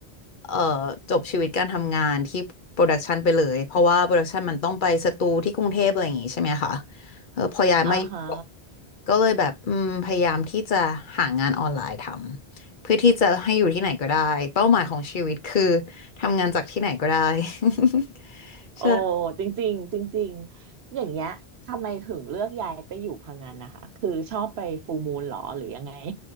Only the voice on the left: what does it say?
เอ่อจบชีวิตการทำงานที่โปรดักชันไปเลยเพราะว่าโปรดักชันมันต้องไปสตูที่กรุงเทพอะไรอย่างงี้ใช่ไหมคะเออพอย้ายมาอยู่เกาะ
ก็เลยแบบอืมพยายามที่จะหางานออนไลน์ทำเพื่อที่จะให้อยู่ที่ไหนก็ได้เป้าหมายของชีวิตคือทำงานจากที่ไหนก็ได้ <laughs>
ใช่